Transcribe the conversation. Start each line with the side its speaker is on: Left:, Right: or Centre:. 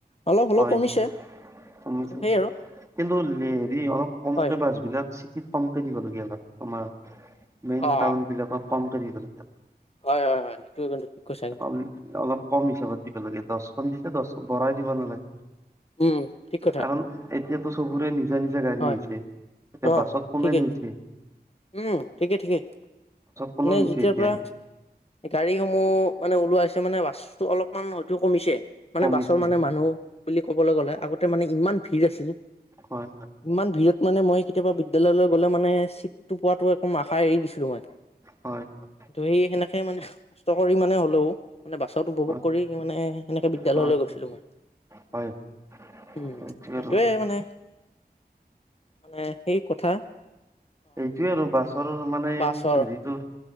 Left: অলপ হ'লেও
Right: হয়
Left: কমিছে
Right: কমিছে
Left: কিন্তু সেই আৰু
Right: কিন্তু হেৰি অলপ কমকে
Left: হয়
Right: বাছ বিলাক চিটিত পাম দিবলগীয়া হয় আমাৰ মেইন
Left: অ
Right: টাউন বিলাকক কমকে দিব লাগে
Left: হয় হয় হয় সেইটো কিন্তু ঠিক কৈছা কিন্তু
Right: অ অলপ কম হিচাপত দিব লাগে দছ কমতিকে দছ বৰাই দিব নালাগে
Left: উম ঠিক কথা
Right: কাৰণ এত সেইটো চবৰে নিজ নিজৰ নিজৰ গাড়ী
Left: হয়
Right: হৈছে এতিয়া
Left: অ
Right: বাছত কোনেনো
Left: ঠিকেই
Right: উঠে
Left: উম ঠিকে ঠিকে
Right: কোনো
Left: মানে
Right: নুঠে
Left: যেতিয়াৰ
Right: এতিয়া
Left: পৰা গাড়ীসমূহ মানে ওলোৱাছে মানে বাছ ব অলপমান হয়তো কমিছে মানে
Right: কমিছে
Left: বাছৰ মানে মানুহ বুলি ক'বলৈ গ'লে আগতে মানে ইমান ভিৰ আছিল
Right: হয়
Left: ইমান ভিৰত মানে মই কেতিয়াবা বিদ্যালয়লৈ গ'লে মানে চিট পোৱাটো একম আশা এৰি দিছিলোঁ মই
Right: হয় হয়
Left: ধেই সেনেকে মানে কষ্ট কৰি মানে হলেও মানে বাছত উপভোগ
Right: হয়
Left: কৰি মানে সেনেকে বিদ্যালয়লৈ
Right: হয়
Left: গৈছিলো মই
Right: হয় হয়
Left: উম
Right: সেইটোৱে
Left: সেইটোয়ে
Right: আৰু
Left: মানে মানে সেই কথা
Right: এতিয়া ৰবা চৰ মানে
Left: বাছৰ
Right: হেৰিটো